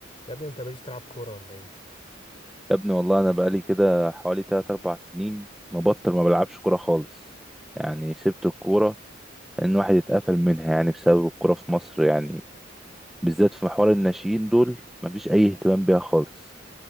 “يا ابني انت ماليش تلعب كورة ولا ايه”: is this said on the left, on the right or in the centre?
Left